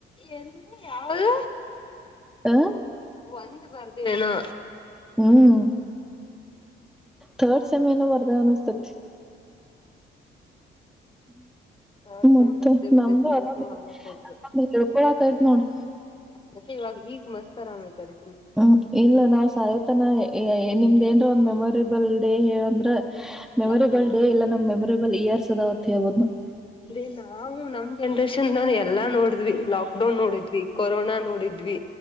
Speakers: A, on the left (about 25°); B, in the centre.
A: ಎಲ್ಲಿ ಯಾವ್ದ
B: ಆ
A: ಒಂದು ಬರದು ಏನೋ
B: ಹ್ಮ್ ಥರ್ಡ್ ಸೆಮೆನು ಬರ್ದ ಅನಿಸ್ತತಿ
A: ಥರ್ಡ್
B: ಮತ್ತೆ
A: ಸೆಮ್ ಬರ್ದೇವಿ
B: ನಮ್ದು
A: ರಿಸಲ್ಟ್
B: ಅದೊದ
A: ಹಂಗ ಕೊಟ್ರು
B: ಹೇಳ್ಕೊಳಕೈತ್ ನೋಡು
A: ಮತ್ತೆ ಇವಾಗ ಈಗ ಮಸ್ತ್ ಆರಾಮ ಆಯ್ತ ಅದಿಕ್ಕೆ
B: ಹ್ಮ್ ಇಲ್ಲ ನಾವ್ ಸಾಯತನ ನಿಮ್ದ ಏನ್ರ ಒಂದ್ ಮೆಮೊರೇಬಲ್ ಡೇ ಹೇಳ ಅಂದ್ರ ಮೆಮೊರೇಬಲ್
A: ಲಾಕ್ಡೌನ್
B: ಡೇ ಇಲ್ಲ ನಮ್ ಮೆಮೊರೇಬಲ್ ಇಯರ್ಸ್ ಅದಾವತ್ ಹೇಳ್ಬಹುದ್ ನಾವು
A: ಅದೇ ನಾವು ನಮ್ ಜನ್ರೇಷನ್ ನಲ್ ಎಲ್ಲಾ ನೋಡಿದ್ವಿ ಲಾಕ್ಡೌನ್ ನೋಡಿದ್ವಿ ಕೊರೋನಾ ಡಿದ್ವಿ